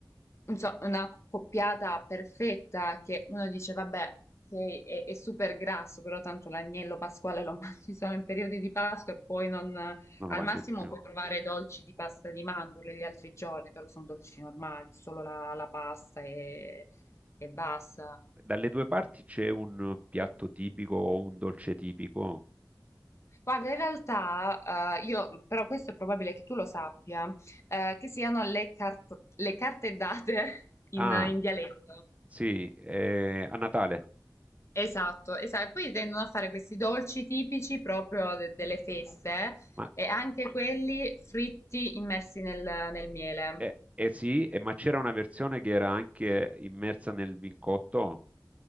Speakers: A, on the left (about 35°); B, on the right (about 20°).
A: Insomma, una coppiata perfetta che uno dice, vabbè, che è, è super grasso, però tanto l'agnello pasquale lo <laughs> mangi solo in periodi di Pasqua e poi non,
B: non
A: al
B: lo mangi
A: massimo
B: più.
A: puoi trovare dolci di pasta di mandorle gli altri giorni, però sono dolci normali, solo la, la pasta e, e basta.
B: Dalle due parti c'è un piatto tipico o un dolce tipico?
A: Guarda, in realtà, eh, io, però questo è probabile che tu lo sappia, eh, che siano le, cart- le carte date <laughs>
B: Ah,
A: in, in dialetto.
B: sì, eh, a Natale.
A: Esatto, esatto. E poi tendono a fare questi dolci tipici proprio de- delle feste
B: Ma,
A: e anche quelli fritti immersi nel, nel miele.
B: eh, eh sì, eh, ma c'era una versione che era anche immersa nel vincotto,